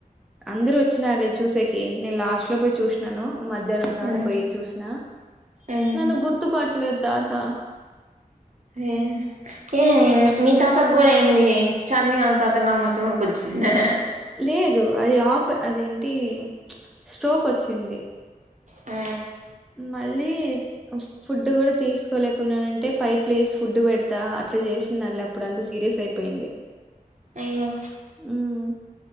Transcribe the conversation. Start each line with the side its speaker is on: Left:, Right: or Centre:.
Centre: అందరు వచ్చినార్లే చూసేకి నేన్ లాస్ట్ లో పోయి చూసినాను. మధ్యాహ్నం కాడపోయి
Right: మ్
Centre: చూసిన
Right: ఏ
Centre: నన్ను గుర్తు పట్టలేద్ తాత.
Right: ఏ. ఏ మీ తాతక్ కూడా ఏంది చందిని వాలా తాతల మతిమర్పొచ్చిందా.
Centre: లేదు అది ఆప్ అదేంటి స్ట్రోకోచ్చింది.
Right: ఉ.
Centre: మళ్ళీ చ్. ఫుడ్డు కూడా తీసుకోలేకున్నానంటే పైపులేసి ఫుడ్డు పెడతా అట్లా చేస్తున్నార్లే అప్పుడు అంత సీరియస్ అయిపోయింది.
Right: అయ్యో.
Centre: ఉమ్